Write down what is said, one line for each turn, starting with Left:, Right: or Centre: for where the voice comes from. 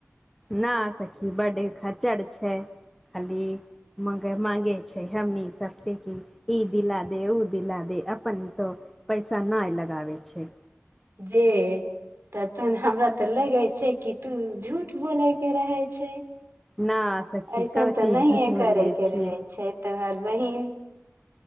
Centre: ना सखी बड्ड खचर छै खाली मंग मांगे छै हमनी सबसे की ई दिला दे ओ दिला दे अपन तो पैसा नहि लगाबे छै
Right: जे तऽ तन हमरा तऽ लगे छै कि तू झूठ बोले के रहे छै
Centre: ना सखी
Right: ऐसन
Centre: क
Right: तऽ
Centre: चीज
Right: नहिए
Centre: झूठ बोले
Right: करै के
Centre: छियै
Right: रहे छै तऽ हर बहिन